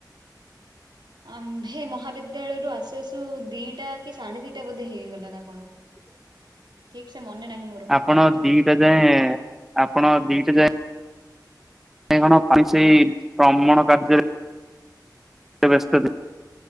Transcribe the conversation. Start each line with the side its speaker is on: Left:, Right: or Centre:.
Right: ଆ ହେ ମହାବିଦ୍ୟାଳୟରୁ ଆସୁ ଆସୁ ଦିଟା କି ସାଢେ ଦିଟା ବୋଧେ ହେଇଗଲା ନା କଣ?
Centre: ହ <inaudible>
Right: ଠିକ ସେ ମନେ ନାହିଁମୋର।
Centre: ଆପଣ ଦିଟା ଯାଏଁ ଆପଣ ଦିଟା ଯାଏ କାଇଁ କଣ ପା ସେଇ ଭ୍ରମଣ କାର୍ଯ୍ୟରେ ସେ ବ୍ୟସ୍ତ